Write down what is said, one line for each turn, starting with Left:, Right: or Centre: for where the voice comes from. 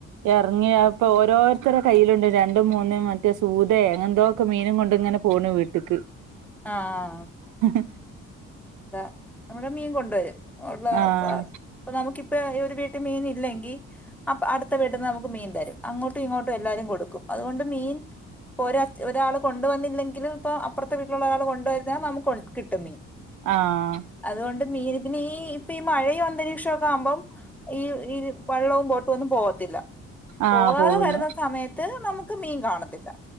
Right: ഇറങ്ങിയ അപ്പൊ ഓരോരുത്തരുടെ കയ്യിലുണ്ട് രണ്ടും മൂന്ന് മറ്റേ സൂതയൊ അങ്ങെനെന്തോ ഒക്കെ മീനും കൊണ്ട് ഇങ്ങനെ പോകണ് വീട്ടിക്ക്
Centre: ആഹ്
Right: <inaudible>
Centre: ആഹ് നമ്മള് മീൻ കൊണ്ട് വരും <unintelligible>
Right: ആഹ്
Centre: അപ്പൊ നമുക്കിപ്പ ഈ ഒരു വീട്ടിൽ മീൻ ഇല്ലെങ്കിൽ അപ്പൊ അടുത്ത വീട്ടീന്ന് നമുക്ക് മീൻ തരും അങ്ങോട്ടും ഇങ്ങോട്ടും എല്ലാരും കൊടുക്കും അതുകൊണ്ട് മീൻ ഇപ്പൊ ഒരാ ഒരാൾ കൊണ്ടുവന്നില്ലെങ്കിലും ഇപ്പൊ അപ്പുറത്തെ വീട്ടിലുള്ള ഒരാൾ കൊണ്ടുവരുന്ന നമുക്കും കിട്ടും മീൻ
Right: ആഹ്
Centre: അതുകൊണ്ട് മീൻ പിന്നെ ഈ ഇപ്പം ഈ മഴയും അന്തരീക്ഷവൊക്കെ ആവുമ്പം ഈ ഈ വള്ളവും ബോട്ടും ഒന്നും പോവത്തില്ല
Right: ആഹ്
Centre: പോകാതെ
Right: പോവൂല
Centre: വരുന്ന സമയത്ത് നമുക്ക് മീൻ കാണത്തില്ല.